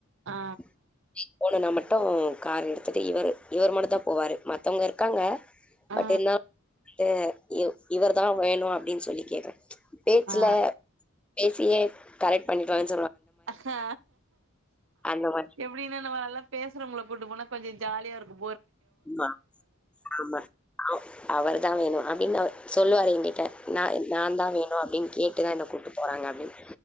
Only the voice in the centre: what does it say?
<unintelligible> போன நமன் டோ கார் எடுத்துட்டு இவரு இவரு மட்டும் தா போவாரு மத்தவங்க இருக்காங்க
பட் எல்லா வந்து இவ் இவர் தா வேணும் அப்டின் சொல்லி கேக்றாங்க பேச்ல
பே சி ஏ கரெக்ட் பண்ணிட்வானு
அந்த மாரி
ம்மா ஆமா அவ் அவரு தா வேணும் அப்டின்னு அவரு சொல்லுவாரீங் பேய்டாரு நா நா தா வேணும் அப்டின் கேட்டு தா என்ன கூட்டு போறாங்க அப்டின்